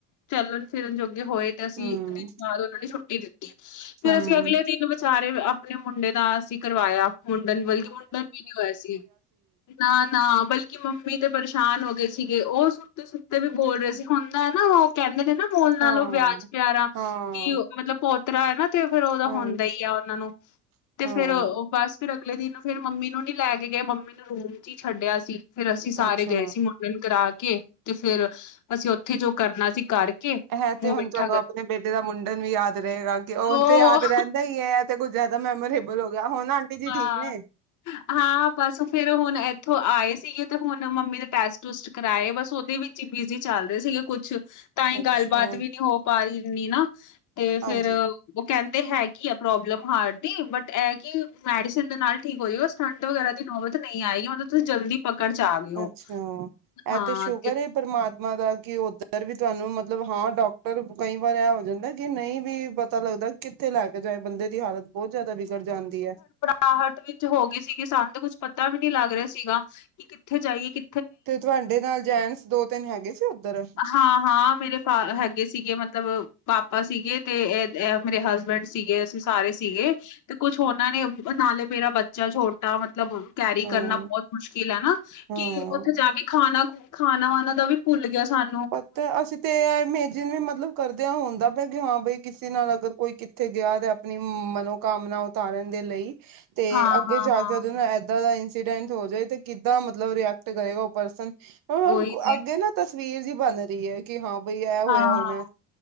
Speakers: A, on the left; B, on the right.
A: ਚੱਲਣ ਫਿਰਨ ਜੋਗੇ ਹੋਏ। ਅਸੀਂ
B: ਹਮ
A: ਇੱਕ ਦਿਨ ਬਾਅਦ ਉਹਨਾਂ ਨੇ ਛੁੱਟੀ ਦਿੱਤੀ, ਫੇਰ
B: ਹਮ
A: ਅਸੀਂ ਅਗਲੇ ਦਿਨ ਵਿਚਾਰੇ, ਆਪਣੇ ਮੁੰਡੇ ਦਾ ਅਸੀਂ ਕਰਵਾਇਆ ਮੁੰਡਨ, ਵਲਕੀ ਮੁੰਡਨ ਵੀ ਨੀ ਹੋਇਆ ਸੀ। ਨਾ-ਨਾ ਬਲਕਿ ਮੰਮੀ ਤੇ ਪਰੇਸ਼ਾਨ ਹੋਗੇ ਸੀਗੇ। ਉਹ ਸੁੱਤੇ ਵੀ ਬੋਲ ਰੇ ਸੀ, ਹੁੰਦਾ ਹੈ ਨਾ ਉ ਕੇਂਦੇ ਨੇ ਨਾ ਮੋਲ ਨਾਲੋਂ
B: ਹਾਂ
A: ਵਿਆਜ ਪਿਆਰਾ,
B: ਹਾਂ
A: ਕਿ ਮਤਲਬ ਪੋਤਰਾ ਹੈ ਨਾ, ਤੇ ਫੇਰ ਉਦਾ
B: ਹਾਂ
A: ਹੋਦਾ ਈ ਏ ਉਨਾਂ ਨੂੰ, ਤੇ
B: ਹਾਂ
A: ਫੇਰ ਬੱਸ ਫੇਰ ਅਗਲੇ ਦਿਨ, ਫੇਰ ਮੰਮੀ ਨੂੰ ਨਹੀ ਲੈ ਕੇ ਗਏ, ਮੰਮੀ ਨੂੰ ਰੂਮ ਚ ਈ ਛੱਡਿਆ ਸੀ, ਫੇਰ ਅਸੀਂ ਸਾਰੇ
B: ਅੱਛਾ
A: ਗਏ ਸੀ। ਮੁੰਡਨ ਕਰਾ ਕੇ, ਤੇ ਫੇਰ ਅਸੀਂ ਉੱਥੇ ਜੋ ਕਰਨਾ ਸੀ ਕਰ
B: ਹੈ
A: ਮੂੰਹ
B: ਤੇ ਹੁਣ
A: ਮਿੱਠਾ
B: ਤੁਆਨੂੰ, ਆਪਣੇ ਬੇਟੇ ਦਾ ਮੁੰਡਨ ਵੀ ਯਾਦ ਰਏਗਾ, ਕਿ ਉਂਜ
A: ਉਹ
B: ਤੇ ਯਾਦ ਰੇਂਦਾ ਈ ਏ। ਤੇ ਕੁੱਝ ਜ਼ਿਆਦਾ ਮੈਮੋਰੇਬਲ ਹੋ ਗਿਆ, ਹੁਣ ਆਂਟੀ ਜੀ
A: ਹਾਂ
B: ਠੀਕ ਨੇ?
A: ਹਾਂ ਬੱਸ ਫੇਰ ਹੁਣ ਇੱਥੋਂ ਆਏ ਸੀਗੇ। ਤੇ ਹੁਣ ਮੰਮੀ ਦੇ ਟੈਸਟ ਟੂਸਟ ਕਰਵਾਏ ਬੱਸ ਉਦੇ ਵੀ ਚ ਬਿਜੀ ਚਲ ਰੇ ਸੀਗੇ ਕੁੱਛ। ਤਾਂ ਈ
B: ਅੱਛਾ
A: ਗੱਲਬਾਤ ਵੀ ਨੀ ਹੋ ਪਾ ਰੀ ਨੀ ਨਾ, ਤੇ
B: ਹਾਂਜੀ
A: ਫੇਰ। ਉ ਕੇਂਦੇ ਹੈਗੀ ਏ, ਪ੍ਰੋਬਲਮ ਹਾਰਟ ਦੀ ਬਟ ਏ ਕਿ ਮੈਡੀਸਨ ਦੇ ਨਾਲ ਠੀਕ ਹੋ ਜੇਗਾ, ਸਟੰਟ ਵਗੈਰਾ ਦੀ ਨੌਬਤ ਨਈ ਆਏਗੀ, ਮਤਲਬ ਤੁਸੀਂ ਜਲਦੀ ਪਕੜ ਚ ਆ ਗਏ
B: ਅੱਛਾ
A: ਉ,
B: ਇਹ
A: ਹਾਂ।
B: ਤੇ ਸ਼ੁਕਰ ਏ ਪਰਮਾਤਮਾ ਦਾ ਕਿ ਉੱਧਰ ਵੀ ਤੁਹਾਨੂੰ ਮਤਲਬ, ਹਾਂ ਡਾਕਟਰ ਕਈ ਵਾਰ ਇਹ ਹੋ ਜਾਂਦਾ। ਕਿ ਨਹੀਂ ਵੀ ਪਤਾ ਲੱਗਦਾ, ਕਿੱਥੇ ਲੈ ਕੇ ਜਾਏ ਬੰਦੇ ਦੀ ਹਾਲਤ ਬਹੁਤ ਜ਼ਿਆਦਾ ਵਿਗੜ ਜਾਂਦੀ ਹੈ।
A: ਆਹਟ ਵਿੱਚ ਹੋ ਗਏ ਸੀਗੇ, ਸਾਨੂੰ ਕੁੱਛ ਪਤਾ ਵੀ ਨੀ ਲੱਗ ਰਿਹਾ ਸੀਗਾ। ਕਿ ਕਿੱਥੇ ਜਾਈਏ ਕਿ
B: ਤੇ ਤੁਹਾਡੇ ਨਾਲ ਜੈਨਟਸ ਦੋ ਤਿੰਨ ਹੈਗੇ ਸੀ, ਉੱਧਰ?
A: ਹਾਂ, ਹਾਂ ਮੇਰੇ ਫਾ
B: ਹਾਂ
A: ਹੈਗੇ ਸੀਗੇ। ਮਤਲਬ ਪਾਪਾ ਸੀਗੇ, ਤੇ ਇਹ ਇਹ ਮੇਰੇ ਹਸਬੈਂਡ ਸੀਗੇ। ਅਸੀਂ ਸਾਰੇ ਸੀਗੇ ਤੇ ਕੁਛ ਉਨਾਂ ਨੇ ਨਾਲੇ ਮੇਰਾ ਬੱਚਾ ਛੋਟਾ ਮਤਲਬ ਕੈਰੀ
B: ਹਾਂ
A: ਕਰਨਾ ਬੋਤ ਮੁਸ਼ਕਿਲ ਹੈ ਨਾ
B: ਹਾਂ
A: ਕਿ ਉੱਥੇ ਜਾ ਕੇ ਖਾਣਾ ਖ ਖਾਣਾ ਵਾਣਾ ਦਾ ਵੀ ਭੁੱਲ ਕਿ ਸਾਨ
B: ਪਤਾ ਅਸੀ ਤੇ ਇਮੇਜਿਨ ਵੀ ਮਤਲਬ ਕਰਦਿਆਂ ਹੁੰਦਾ ਪਿਆ ਕਿ ਹਾਂ ਬਈ ਕਿਸੇ ਨਾਲ ਅਗਰ ਕੋਈ ਕਿੱਥੇ ਗਿਆ ਦਾ। ਆਪਣੀ ਮਨੋਕਾਮਨਾ ਉਤਾਰਨ ਦੇ ਲਈ ਤੇ
A: ਹਾਂ-ਹਾਂ-ਹਾਂ
B: ਅੱਗੇ ਜਾ ਕੇ ਉਦੇ ਨਾ ਏ ਏਦਾਂ ਦਾ ਇੰਸੀਡੈਂਟ ਹੋ ਜਾਏ ਤੇ ਕਿੱਦਾਂ ਮਤਲਬ ਰਿਐਕਟ ਕਰੇਗਾ ਓ ਪਰਸਨ <unintelligible>
A: ਉਹੀ ਤੇ
B: ਅੱਗੇ ਨਾ ਤਸਵੀਰ ਜਈ ਬਣ ਰਈ ਐ ਕਿ ਹਾਂ ਬਈ ਐ ਹੋਇਆ
A: ਹਾਂ
B: ਹੋਣਾ